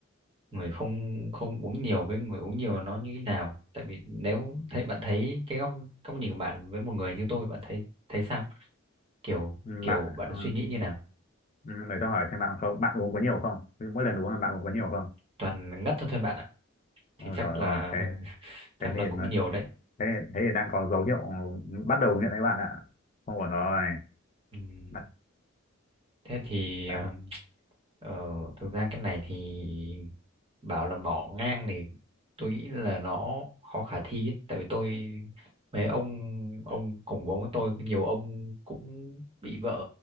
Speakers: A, on the right; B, on the left.
A: người không không uống nhiều với người uống nhiều nó như thế nào tại vì nếu thấy bạn thấy cái góc góc nhìn của bạn với một người như tôi bạn thấy thấy sao kiểu
B: ừ,
A: kiểu
B: bạn
A: bạn
B: ờ,
A: suy nghĩ như nào
B: ừ, để tôi hỏi thêm bạn không bạn uống có nhiều không Ví dụ mỗi lần uống là bạn uống có nhiều không
A: toàn ngất thôi thôi bạn ạ thì
B: ôi
A: chắc
B: rồi
A: là
B: rồi thế
A: <laughs> chắc
B: thế nên
A: là cũng
B: đấy
A: nhiều đấy
B: thế thế thì đang có dấu hiệu bắt đầu nghiện đấy bạn ạ không ổn rồi
A: ừ,
B: bạn
A: thế thì
B: đấy,
A: ờ, Ờ, thực ra cái này thì bảo là bỏ ngang thì tôi nghĩ là nó khó khả thi ấy. Tại vì tôi mấy ông ông cùng vốn với tôi nhiều ông cũng bị vợ